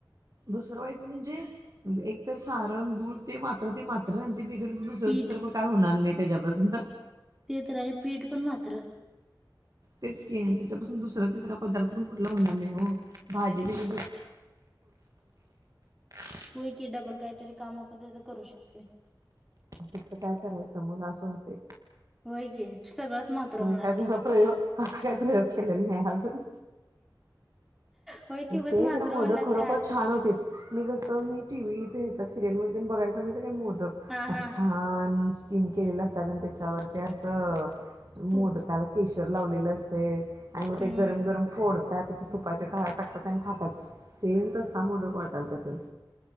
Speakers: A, on the right; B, in the centre.
A: दुसरं व्हायचं म्हणजे, एक तर सारंग गुळ ते मात्र ते मात तर ते बिगडच दुसर,
B: पीठ
A: तीसर, पण काय होणार नाहीत. त्याच्यापासूनत.
B: ते तर आहे पीठ पण मात्र
A: तेच की आणि त्याच्यापासून दुसरा तिसरा पदार्थ पण कुठला होणार नाही हो, भाजी बीजी <unintelligible>
B: होय की डबल काहीतरी. काम आपण त्याच करू शकतोय.
A: त्याचं काय करायचं मग असं होतय.
B: होय की. सगळंच मात्र
A: मी
B: होणार
A: काय त
B: ते
A: प्रयोग तसा काय प्रयोग केलेला नाही अजून
B: होय की उगच
A: ते
B: मात्र
A: खर मोदक
B: होण्यात
A: खरोखर
B: काय अर्थ
A: छान
B: नाही
A: होते मी जस मी टीव्ही ते ह्याच्या सिरियल मधी तेन बघयचं म्ह्यताय काय म त
B: हा
A: असं
B: हा
A: छान स्टीम केलेला असतात आणि त्याच्यावर ते असं
B: तूप
A: मोदकाला केस लावलेलं असतेय. आणि मग
B: हम्म
A: ते गरम गरम फोडत त्या त्याच्यात तुपाचे धार टाकतात आणि खातात सेम तसा मोदक वाटालत त्यो